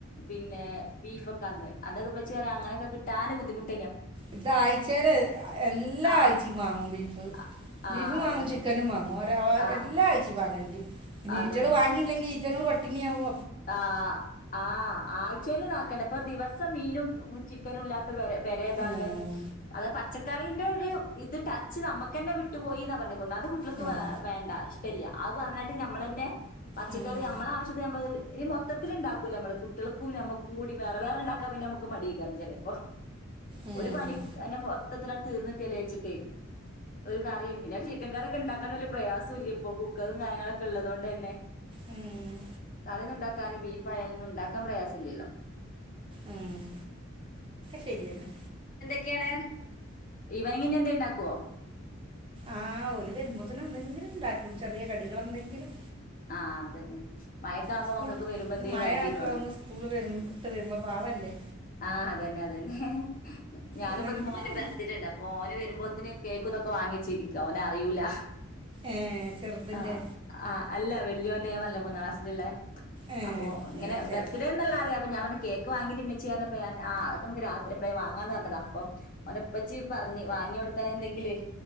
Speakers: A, on the left; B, on the right.
A: പിന്നെ ബീഫൊക്കെ അന്ന് അന്നൊക്കെ ഉമ്മച്ചി പറയും അങ്ങനൊക്കെ കിട്ടാൻ ബുദ്ധിമുട്ട്
B: ഇത് അഴ്ചയില് എല്ലാ
A: ആ
B: ആഴ്ച്ച വാങ്ങും ബീഫ്
A: ആ ആ
B: ബീഫും
A: അതന്നെ
B: വാങ്ങും ചിക്കനും വാങ്ങും
A: ആ
B: എല്ലാം അഴ്ച്ചയിലും വാങ്ങല് ഉണ്ട് നീറ്റകൾ
A: അതന്നെ
B: വാങ്ങിയില്ലെങ്കിൽ ഈറ്റങ്ങൾ പട്ടിണിയ ആകും
A: ആഹ് ആഹ് ആഴ്ചൽ നോക്കണ്ട ഇപ്പൊ ദിവസം മീനും ചിക്കനും ഇല്ലാത്ത പേര ഏതാ
B: ഉം,
A: ഉള്ള അത പച്ച കറിന്റെ ഒരു ഇത് ടച്ച് നമ്മുക്ക്ന്നെ വിട്ടു പോയി എന്ന്ന് പറഞ്ഞ് ഒന്നാമത് അത് കുട്ടികൾക്ക്
B: ഉം,
A: വേണ്ട കല്ല അത് പറഞ്ഞിട്ട് നമ്മൾ തന്നെ പച്ചക്കറി
B: ഉം,
A: നമ്മളെ ആവശ്യത്തിന് നമ്മള് ഇനി മൊത്തത്തില ഉണ്ടാക്കൂല്ല നമ്മ കുകൾക്കും നമ്മുക്കും കൂടി വേറെ വേറെ ഉണ്ടാക്കാ പിന്നെ നമുക്ക് മടി ആക്കാരം ചെലപ്പം ഇപ്പൊ
B: ഉം,
A: ഒരു പണി ക്ക മൊത്തത്തിലങ്ങ് തീർന്ന് കിട്ടായൽ വച്ചിട്ടെ ഒരു കറിയും പിന്നെ ചിക്കൻ കറിയൊക്കെ ഉണ്ടാക്കാൻ വലിയ പ്രയാസം ഇല്ല ഇപ്പൊ കുക്കറും കാര്യങ്ങളൊക്കെ ഉള്ളത കൊണ്ട് തന്നെ
B: ഉം
A: കറിന്നുണ്ടാക്കാനും ബീഫ് അയാലു ഒന്നും ഉണ്ടാക്കാൻ പ്രയാസില്ലല്ലോ
B: ഉം ശരിയന്നെ
A: എന്തോക്കെയാണ് ഇവനിങ്ങിന് എന്തേലും ഇണ്ടാക്കുവോ
B: ആഹ് ഓരു വരുമ്പോത്തനെ എന്തെങ്കിലും ഉണ്ടാക്കും ചെറിയ കടികളെ എന്തെങ്കിലും
A: ആഹ് അതന്നെ മഴൊക്കെ ആവുമ്പോ
B: സ്കൂൾ
A: മക്കൾക്ക് വരുമ്പോ എന്തേലും
B: മഴ
A: വേണ്ടി
B: ഒക്കെ
A: വരുവാണോ
B: ആവുമ്പോ സ്കൂൾ വരു ഇട്ട് വരുമ്പോ പാവല്ലേ
A: ആഹ് അതന്നെ അതന്നെ ഞാനിപ്പ
B: എന്തെങ്കിലുമൊക്കെ
A: മോന് ബർത്തിട്ടുണ്ട് അപ്പൊ മോന് വരുമ്പോ ന് കേക്ക ഇതൊക്കെ വാങ്ങിച്ചിരിക്കുവ ഓനെ അറിയൂല
B: ഏഹ് ചെറുതിന്റെ
A: ആഹ് ആഹ് അല്ല വല്യോന്റെ ഞാൻ പറഞ്ഞില്ലെ മൂന്നാം ക്ലാസിലല്ലേ
B: ഏ
A: അപ്പൊ ഇങ്ങനെ
B: ഞാൻ ചില
A: ബെർത്ത്ഡേ എന്നല്ല അറിയാം അപ്പൊ ഞാൻ കേക്ക് വാങ്ങി ച്ചി എന്ന് പറഞ്ഞപ്പോ ആതൊക്കെ നമുക്ക് രാത്രി പോയി വാങ്ങാന്ന് പറഞ്ഞതാ അപ്പൊ ഒനെപ്പച്ചി പറഞ്ഞ് വാങ്ങി കൊടുക്കാൻ എന്തെങ്കിലു വേ